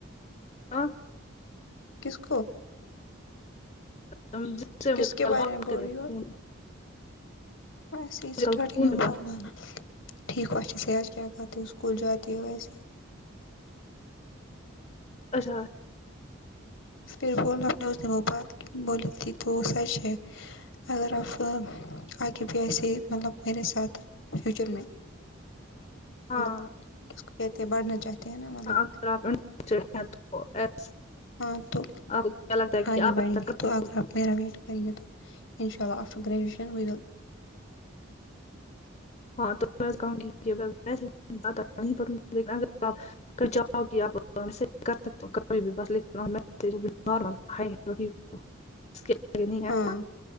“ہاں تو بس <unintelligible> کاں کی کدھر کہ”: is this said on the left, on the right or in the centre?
Left